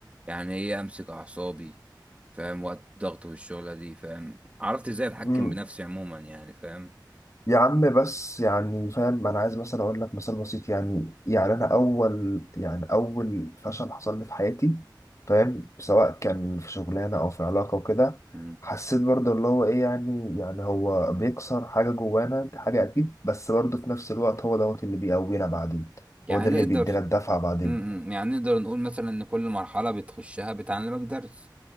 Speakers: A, on the right (about 15°); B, on the left (about 40°).
A: يعني ايه امسك اعصابي فاهم وقت ضغط والشغله دي فاهم عرفت ازاي اتحكم
B: برضه
A: بنفسي عموما يعني فاهم
B: يا عم بس يعني فاهم انا عايز مثلا اقول لك مثال بسيط يعني يعني انا اول يعني اول فشل حصل لي في حياتي فاهم سواء كان في شغلانه او في علاقه وكده
A: مم.
B: حسيت برضه اللي هو ايه يعني يعني هو بيكسر حاجه جوانا دي حاجه اكيد بس برضه في نفس الوقت هو دوت اللي بيقوينا بعدين
A: يعني
B: هو ده اللي
A: نقدر
B: بيدينا الدفعه بعدين
A: مم. يعني نقدر نقول مثلا ان كل مرحلة بتخشها بتعلمك درس